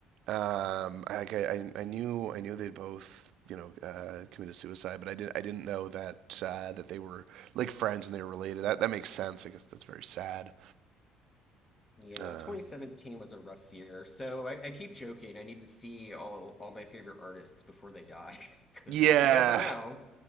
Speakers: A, on the right; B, on the left.
A: Um, I like, I I knew I knew they'd both, you know, uh committed suicide, but I didn't I didn't know that uh that they were like friends and they were related. That that makes sense. I guess that's very sad.
B: Yeah,
A: Um,
B: 2017 was a rough year. So I, I keep joking. I need to see all all my favorite artists before they die, <laughs> because
A: yeah.
B: like you never know.